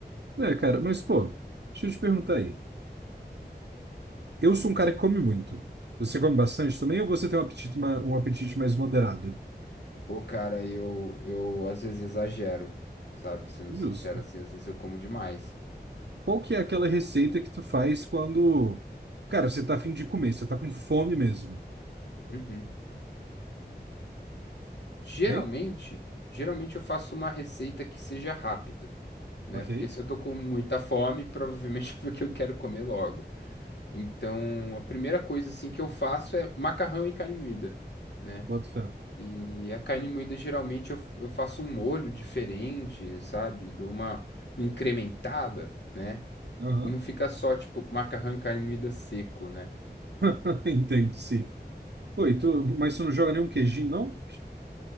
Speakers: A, on the right; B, on the left.
A: É, cara, mas, pô, deixa eu te perguntar aí. Eu sou um cara que come muito. Você come bastante também ou você tem um apetite, ma- um apetite mais moderado?
B: Pô, cara, eu, eu às vezes exagero, sabe? Sendo
A: Justo.
B: sincero assim, às vezes eu como demais.
A: Qual que é aquela receita que tu faz quando, cara, você tá afim de comer, você tá com fome mesmo?
B: Uhum. Geralmente,
A: Hein?
B: geralmente eu faço uma receita que seja rápida, né?
A: Ok,
B: Porque se eu tô com muita fome, provavelmente <laughs> é porque eu quero comer logo. Então, a primeira coisa assim que eu faço é macarrão e carne moída, né?
A: boto fé.
B: E a carne moída geralmente eu, eu faço um molho diferente, sabe? Dou uma, uma incrementada, né?
A: Aham,
B: Não fica só tipo macarrão e carne moída seco, né?
A: <laughs> Entendo, sim. Oi, tu, mas tu não joga nenhum queijinho, não?